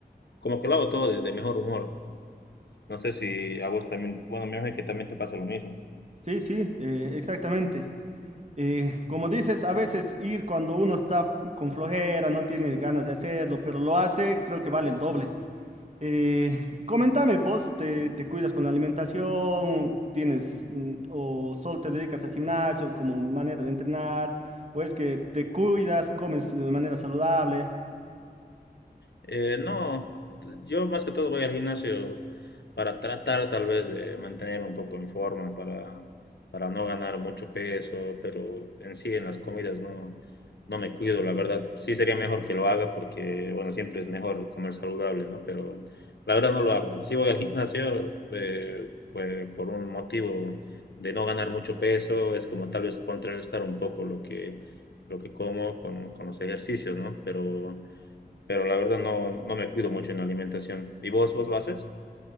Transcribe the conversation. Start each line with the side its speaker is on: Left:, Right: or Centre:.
Left: como que lo hago todo de, de mejor humor. No sé si a vos también, bueno, me imagino que también te pasa lo mismo.
Right: Sí, sí, eh, exactamente. Eh, como dices, a veces ir cuando uno está con flojera, no tiene ganas de hacerlo, pero lo hace, creo que vale el doble. Eh, coméntame, ¿vos te, te cuidas con la alimentación? ¿Tienes mm, o solo te dedicas al gimnasio como manera de entrenar? ¿O es que te cuidas, comes de manera saludable?
Left: Eh, no, yo más que todo voy al gimnasio para tratar tal vez de mantenerme un poco en forma, para, para no ganar mucho peso, pero en sí en las comidas no, no me cuido, la verdad. Sí sería mejor que lo haga porque, bueno, siempre es mejor comer saludable, ¿no? Pero la verdad no lo hago. Sí voy al gimnasio eh, pues, por un motivo de no ganar mucho peso, es como tal vez contrarrestar un poco lo que, lo que como con, con los ejercicios, ¿no? Pero pero la verdad no, no me cuido mucho en la alimentación. ¿Y vos, vos lo haces?